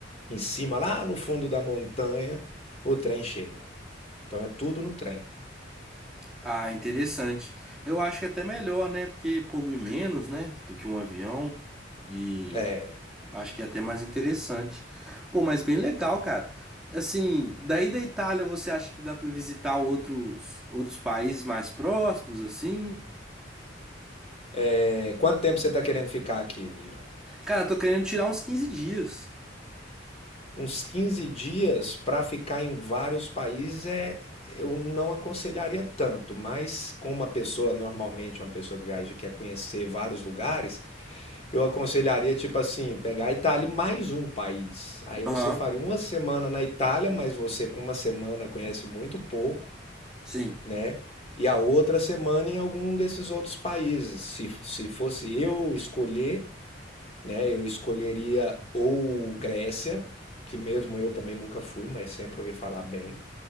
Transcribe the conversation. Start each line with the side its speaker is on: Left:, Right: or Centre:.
Left: Em cima, lá no fundo da montanha, o trem chega. Então é tudo no trem.
Centre: Ah, interessante. Eu acho que é até melhor, né? Porque polui menos, né? Do que um avião. E
Left: É.
Centre: acho que é até mais interessante. Pô, mas bem legal, cara. Assim, daí da Itália, você acha que dá pra visitar outros outros países mais próximos, assim?
Left: É, Quanto tempo você está querendo ficar aqui, Jana?
Centre: Cara, tô querendo tirar uns 15 dias.
Left: Uns 15 dias para ficar em vários países é, eu não aconselharia tanto, mas como uma pessoa, normalmente uma pessoa que viaja quer conhecer vários lugares, eu aconselharia, tipo assim, pegar a Itália e mais um país. Aí você
Centre: Aham,
Left: faria uma semana na Itália, mas você com uma semana conhece muito pouco,
Centre: sim.
Left: né? E a outra semana em algum desses outros países. Se, se fosse eu escolher, né? Eu escolheria ou Grécia, que mesmo eu também nunca fui, mas sempre ouvi falar bem